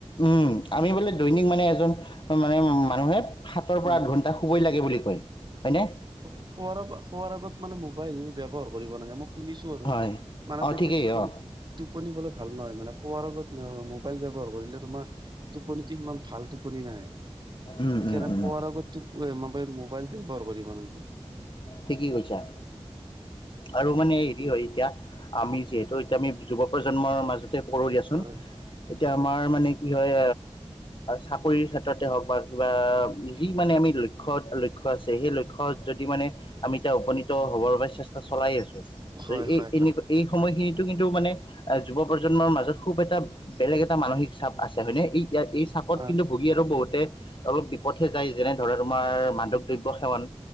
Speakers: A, on the left; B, on the right.
A: উম' আমি বোলে দৈনিক মানে এজন মানে মানুহে সাতৰ পৰা
B: উম
A: আঠ ঘণ্টা শুবই লাগে বুলি কয়, হয়নে?
B: শুৱাৰ, শুৱাৰ আগত মানে মোবাইল ব্যৱহাৰ কৰিব নালাগে, মোক শুনিছো আৰু,
A: হয়
B: মানে
A: অ
B: তেতিয়া
A: ঠিকেই
B: টোপনি
A: অ
B: টোপনি বোলে ভাল নহয়, মানে শুৱাৰ আগত মোবাইল ব্যৱহাৰ কৰিলে তোমাৰ টোপনিটো সিমান ভাল টোপনি নাহে,
A: উম
B: সেইকাৰণ
A: উম উম
B: <unintelligible> মোবাইল, মোবাইল ব্যৱহাৰ কৰিব নালাগে।
A: ঠিকেই কৈছা, আৰু মানে হেৰি হয় এতিয়া আমি যিহেতু এতিয়া আমি যুৱ প্ৰজন্মৰ মাজতে পৰো দিয়াচোন।
B: হয়।
A: এতিয়া আমাৰ মানে কি হয়, চাকৰিৰ ক্ষেত্ৰতে হওঁক বা কিবা যি মানে আমি লক্ষ্যত লক্ষ্য আছে, সেই লক্ষ্যত যদি মানে আমি এতিয়া উপনীত হ'বৰ বাবে চেষ্টা চলাই আছোঁ।
B: হয়
A: এই
B: হয়
A: এই
B: হয়।
A: এই সময়খিনিতো কিন্তু মানে যুৱ প্ৰজন্মৰ মাজত খুব এটা বেলেগ এটা মানসিক চাপ আছে হয়নে, এই ইয়াত এই চাপত
B: অ'
A: কিন্তু ভুগী আৰু বহুতে অলপ বিপথে যায়, যেনে ধৰা তোমাৰ মাদক দ্ৰব্য সেৱন।